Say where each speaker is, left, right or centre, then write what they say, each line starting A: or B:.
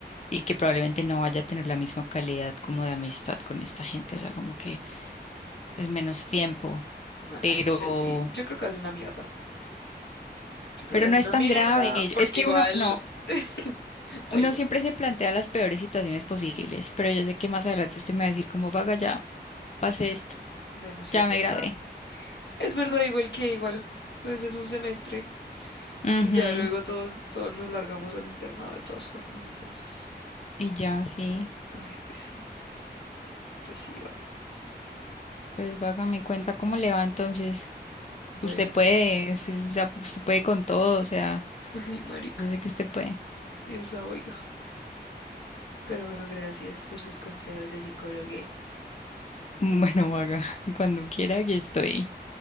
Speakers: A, on the left; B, on the left.
A: y que probablemente no vaya a tener la misma calidad como de amistad con esta gente, o sea, como que es menos tiempo,
B: no,
A: pero,
B: <laughs> ay, yo sí, yo creo que va a ser una mierda. Yo creo
A: pero
B: que va a
A: no
B: ser
A: es
B: una
A: tan
B: mierda,
A: grave.
B: porque
A: Es que
B: igual.
A: uno, no,
B: <laughs> Ay,
A: uno
B: no
A: siempre
B: sé.
A: se plantea las peores situaciones posibles, pero yo sé que más adelante usted me va a decir como, vaga, ya pasé esto,
B: Bueno, sí
A: ya
B: es
A: me
B: verdad.
A: gradué.
B: Es verdad, igual que igual, pues es un semestre
A: Ujú,
B: y ya luego todos, todos nos largamos al internado de todas formas, entonces.
A: Y ya, sí,
B: Ay, pues sí, pues sí, vaga.
A: pues vaga, me cuenta cómo le va entonces.
B: Bueno,
A: Usted puede, usted, o sea, usted puede con todo, o sea,
B: <laughs> ay, marica,
A: yo sé que usted puede.
B: Dios la oiga. Pero bueno, gracias por sus consejos de psicólogo.
A: Bueno, haga <laughs> cuando quiera, aquí estoy.